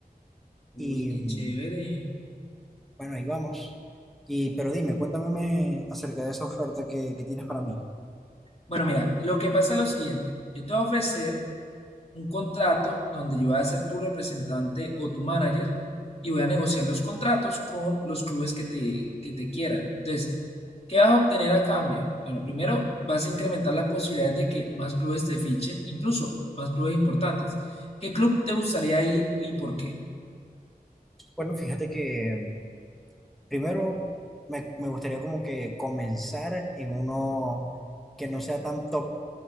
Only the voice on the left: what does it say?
Uy,
qué
chévere.
Bueno, mira, lo que pasa es lo siguiente. Yo te voy a ofrecer un contrato donde yo voy a ser tu representante o tu manager y voy a negociar los contratos con los clubes que te, que te quieran. Entonces, ¿qué vas a obtener a cambio? Bueno, primero vas a incrementar las posibilidades de que más clubes te fichen, incluso más clubes importantes. ¿Qué club te gustaría ir y por qué?